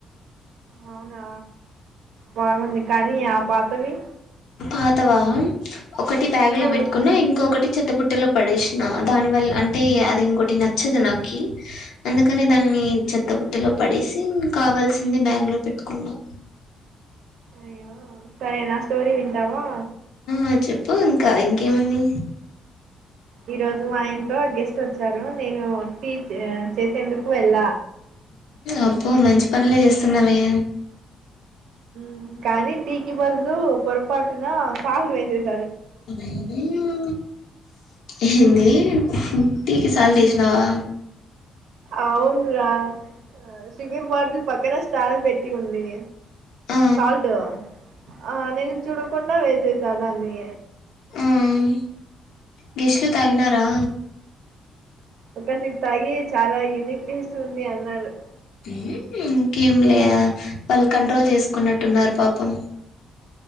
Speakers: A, on the right; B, on the left.
A: అవునా బాగుంది కానీ ఆ పాతవి
B: పాతవా ఒకటి బ్యాగ్ లో
A: ఆ
B: పెట్టుకున్నా ఇంకొకటి చెత్తబుట్టలో పడేసిన దానివల్ అంటే అది ఇంకోటి నచ్చదు నాకి అందుకని దాన్ని చెత్తబుట్టలో పడేసి కావాల్సింది బ్యాగ్ లో పెట్టుకున్నా
A: అయ్యో సరే నా స్టోరీ వింటావా
B: ఆ చెప్పు ఇంకా ఇంకేముంది
A: ఈ రోజు మా ఇంట్లో గెస్ట్ వచ్చారు నేను టీ చే-చేసేందుకు వెళ్ళ
B: అబ్బా మంచి పనులే చేస్తున్నావే
A: మ్ కానీ టీకి బదులు పొరపాటున సాల్ట్ వేసేస్
B: బేబి ఆ ఏంది ఉంహు టీకి సాల్ట్ ఎసినావా
A: అవును రా శివిర్ బటల్ పక్కన స్టాల్ పెట్టి ఉంది
B: ఆ
A: సాల్ట్ ఆ నేను చూడ కుండ వేసేసా దాన్ని
B: ఉమ్ గెస్ట్లు తాగినారా
A: ఒక సిప్ తాగి చాలా యూనిక్ టేస్ట్ ఉంది అన్నారు
B: ఉమ్ హు ఇంకేం లే వాళ్ళు కంట్రోల్ చేసుకున్నట్టున్నారు పాపం